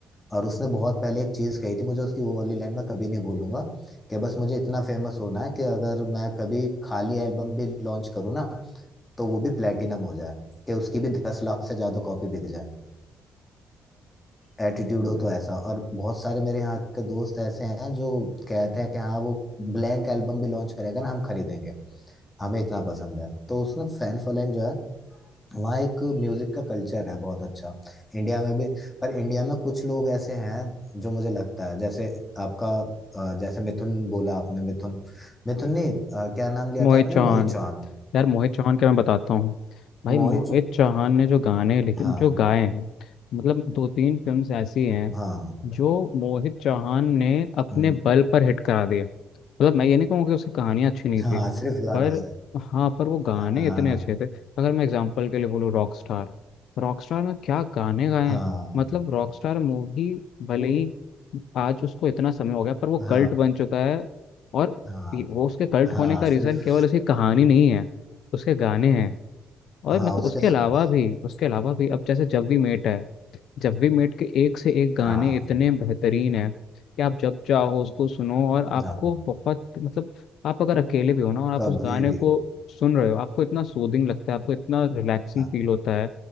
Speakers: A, on the left; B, on the left.
A: और उसने बहुत पहले एक चीज कही थी मुझे उसकी वो वाली लाइन मैं कभी नहीं भूलूंगा कि बस मुझे इतना फेमस होना है कि अगर मैं कभी खाली एल्बम भी लॉन्च करूँ ना तो वो भी प्लेटिनम हो जाए कि उसकी भी दस लाख से ज्यादा कॉपी बिक जाए एटीट्यूड हो तो ऐसा और बहुत सारे मेरे यहाँ के दोस्त ऐसे हैं जो कहते हैं कि हाँ वो ब्लैंक एल्बम भी लॉन्च करेगा ना हम खरीदेंगे हमें इतना पसंद है तो उसने फैन फॉलोइंग जो है वहाँ एक म्यूजिक का कल्चर है बहुत अच्छा इंडिया में भी पर इंडिया में कुछ लोग ऐसे हैं जो मुझे लगता है जैसे आपका अ, जैसे मिथुन बोला आपने मिथुन मिथुन ने अ, क्या नाम लिया
B: मोहित
A: था आपने
B: चौहान
A: मोहित चौहान
B: यार मोहित चौहान के मैं बताता हूँ भाई मोहित
A: मोहित चौ-
B: चौहान ने जो गाने लिखे
A: हाँ
B: जो गाए हैं मतलब दो तीन फिल्म्स ऐसी हैं
A: हाँ
B: जो मोहित चौहान ने अपने
A: हम्म,
B: बल पर हिट करा दिए मतलब मैं ये नहीं कहूँगा कि उसकी कहानियाँ अच्छी नहीं
A: हाँ
B: थी
A: सिर्फ गानों
B: पर
A: से
B: हाँ पर वो गाने
A: हाँ
B: इतने अच्छे थे अगर मैं एग्जांपल के लिए बोलूँ रॉक स्टार रॉक स्टार में क्या गाने गाए
A: हाँ
B: हैं मतलब रॉक स्टार मूवी भले
A: वो-
B: ही आज उसको इतना समय हो गया पर वो
A: हाँ
B: कल्ट बन चुका है और
A: हाँ
B: ये- वो उसके कल्ट
A: हाँ
B: होने का रीज़न
A: सिर्फ
B: केवल उसकी कहानी नहीं है उसके गाने हैं और
A: हाँ
B: मतलब
A: उसके
B: उसके
A: सॉन्ग्स
B: अलावा भी उसके अलावा भी अब जैसे जब वी मेट है जब वी मेट के एक से एक गाने
A: हाँ
B: इतने बेहतरीन हैं कि आप जब चाहो उसको सुनो और आपको
A: हाँ
B: बहुत मतलब आप अगर अकेले भी हो ना और आप
A: कभी
B: उस गाने
A: भी
B: को सुन रहे हो आपको इतना सूदिंग लगता है आपको इतना रिलैक्सिंग
A: हाँ
B: फील होता है